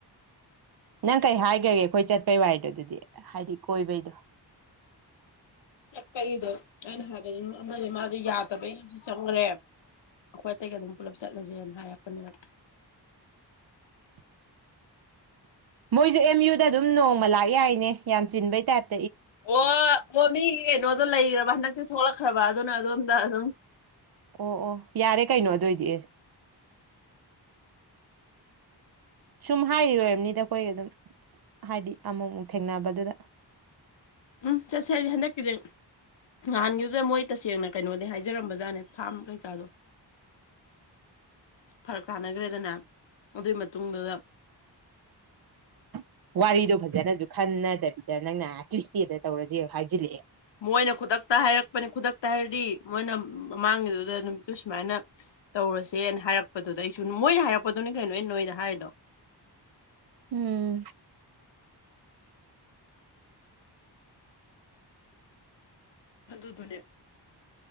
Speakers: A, on the right; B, on the left.
A: ꯅꯪ ꯀꯩ ꯍꯥꯏꯒꯔꯒꯦ ꯑꯩꯈꯣꯏ ꯆꯠꯄꯩ ꯋꯥꯔꯤꯗꯣ ꯑꯗꯨꯗꯤ ꯍꯥꯏꯗꯤ ꯀꯣꯏꯕꯩꯗꯣ
B: ꯆꯠꯄꯒꯤꯗꯣ ꯑꯩꯅ ꯍꯥꯏꯕꯗꯤ ꯃꯥꯗꯤ ꯌꯥꯗꯕꯩ ꯉꯁꯤ ꯆꯪꯒꯔꯦ ꯑꯩꯈꯣꯏ ꯑꯇꯩꯒ ꯑꯗꯨꯝ ꯄꯨꯜꯂꯞ ꯆꯠꯂꯁꯦꯅ ꯍꯥꯏꯔꯛꯄꯅꯦꯕ
A: <inaudible> ꯃꯣꯏꯖꯨ ꯑꯦꯝ ꯌꯨꯗ ꯑꯗꯨꯝ ꯅꯣꯡꯃ ꯂꯥꯛ ꯌꯥꯏꯅꯦ ꯌꯥꯝ ꯆꯤꯟꯕꯩ ꯇꯥꯏꯞ
B: ꯑꯣ ꯑꯣ ꯃꯤ ꯀꯩꯅꯣꯗꯣ ꯂꯩꯒꯔꯕ ꯍꯟꯗꯛꯇꯤ ꯊꯣꯛꯂꯛꯈ꯭ꯔꯕ ꯑꯗꯨꯅ ꯑꯗꯣꯝꯗ ꯑꯗꯨꯝ
A: ꯑꯣ ꯑꯣ ꯌꯥꯔꯦ ꯀꯩꯅꯣ ꯑꯗꯨꯏꯗꯤ ꯁꯨꯝ ꯍꯥꯏꯔꯤ ꯑꯣꯏꯔꯝꯅꯤꯗ ꯑꯩꯈꯣꯏ ꯑꯗꯨꯝ ꯍꯥꯏꯗꯤ ꯑꯃꯨꯛ ꯑꯃꯨꯛ ꯊꯦꯡꯅꯕꯗꯨꯗ
B: ꯎꯝ ꯆꯠꯁꯦ ꯍꯥꯏꯗꯤ ꯍꯟꯗꯛꯀꯤꯗꯤ ꯅꯍꯥꯟꯒꯤꯗꯨꯗ ꯃꯣꯏ ꯇꯁꯦꯡꯅ ꯀꯩꯅꯣꯅꯦ ꯍꯥꯏꯖꯔꯝꯕꯖꯥꯠꯅꯦ ꯐꯥꯔꯝ ꯀꯩꯀꯥꯗꯣ ꯐꯔꯛ ꯇꯥꯅꯒ꯬ꯔꯦꯗꯅ ꯑꯗꯨꯏ ꯃꯇꯨꯡꯗꯨꯗ
A: ꯋꯥ ꯋꯥꯔꯤꯗꯣ ꯐꯖꯅꯖꯨ ꯈꯟꯅꯗꯕꯤꯗ ꯅꯪꯅ ꯇ꯭ꯌꯨꯁꯗꯦꯗ ꯇꯧꯔꯖꯦ ꯍꯥꯏꯖꯤꯜꯂꯛꯑꯦ
B: ꯃꯣꯏꯅ ꯈꯨꯗꯛꯇ ꯍꯥꯏꯔꯛꯄꯅꯦ ꯈꯨꯗꯛꯇ ꯍꯥꯏꯔꯗꯤ ꯃꯣꯏꯅ ꯃꯃꯥꯡꯒꯤꯗꯨꯗ ꯅꯨꯃꯤꯠꯇꯨ ꯁꯨꯃꯥꯏꯅ ꯇꯧꯔꯁꯦ ꯍꯥꯏꯔꯛꯄꯗꯨꯗ ꯑꯩꯖꯨ ꯃꯣꯏꯅ ꯍꯥꯏꯔꯛꯄꯗꯨꯅꯤ ꯀꯩꯅꯣ ꯅꯣꯏꯗ ꯍꯥꯏꯔꯤꯗꯣ
A: ꯎꯝ
B: ꯑꯗꯨꯗꯨꯅꯦ